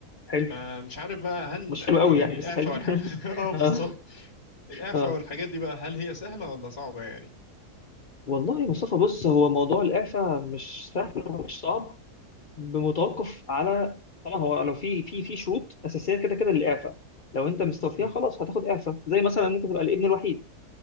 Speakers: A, on the left (about 60°); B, on the left (about 40°).
A: حلو
B: فمش عارف بقى هل
A: مش حلو قوي
B: يعني
A: يعني بس
B: الإعفاء
A: حلو
B: والحاجات
A: <laughs>
B: <laughs> اه بالظبط
A: اه
B: الإعفاء
A: اه
B: والحاجات دي بقى هل هي سهلة ولا صعبة يعني
A: والله يا مصطفى بص هو موضوع الإعفاء مش سهل ومش صعب بمتوقف على طبعا هو لو في في في شروط أساسية كده كده للإعفاء لو أنت مستوفيها
B: امم
A: خلاص هتاخد إعفاء زي مثلا إن أنت تبقى الابن الوحيد